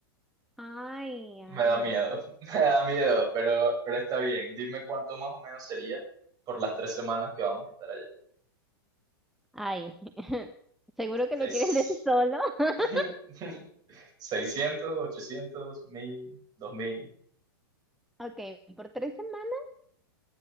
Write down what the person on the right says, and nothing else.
Me
da miedo, <laughs> me da miedo, pero, pero está bien. Dime cuánto más o menos sería por las tres semanas que vamos a estar allá.
Seis.
<laughs> 600, 800, 1000, 2000.